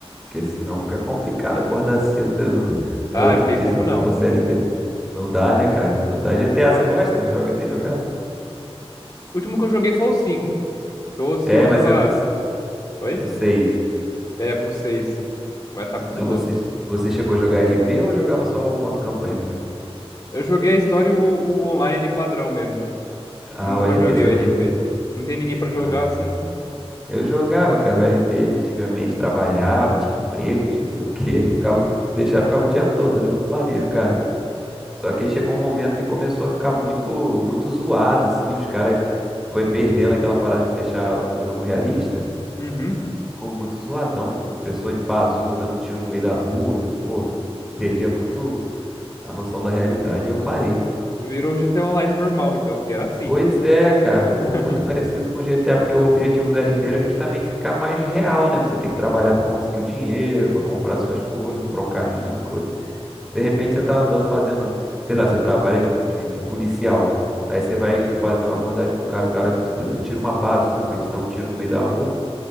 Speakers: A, in the centre; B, on the left.
A: Porque senão fica complicado acordar cedo de- um, <laughs> no
B: Ah,
A: outro
B: não tem
A: dia
B: como,
A: se você
B: não.
A: for CLT. Não
B: Não,
A: dá, né, cara? Não dá.
B: não.
A: GTA, você gosta? Joga, tem jogado?
B: O último que eu joguei foi o cinco. Tô ansioso
A: É, mas
B: pra...
A: você não.
B: Oi?
A: Pro 6.
B: É, pro seis. Vai tá muito
A: Mas
B: louco.
A: você, você chegou a jogar RP ou jogava só o modo campanha mesmo?
B: Eu joguei a história e o, o online padrão mesmo.
A: Ah,
B: Nu- Nunca
A: o RP
B: joguei
A: você
B: o RP.
A: não jogou, não.
B: Não tem ninguém pra jogar
A: Ah,
B: assim?
A: eu jogava, cara, o RP antigamente, trabalhava, tinha emprego, tinha não sei o quê. <laughs> Ficava, deixava, ficava o dia todo, era muito maneiro, cara. Só que aí chegou um momento que começou a ficar muito, muito zoado, assim. Os caras foi perdendo aquela parada de deixar o jogo realista
B: Uhum.
A: e ficou muito zoadão. Pessoa de bazuca dando tiro no meio da rua. Então, Pô, perdia muito a noção da realidade. Aí eu parei.
B: Virou GTA Online normal, então, que era assim.
A: Pois é, cara, ficou
B: <laughs>
A: muito parecido com o GTA, porque o objetivo do R P era justamente ficar mais real, né? Você tem que trabalhar pra conseguir o dinheiro, pra comprar suas coisas, comprar um carrinho, uma coisa. De repente você tá andando fazendo, sei lá, você trabalha de, de, de policial. Aí você vai fazer uma abordagem com o cara, o cara te dá- tira uma bazuca e te dá um tiro no meio da rua.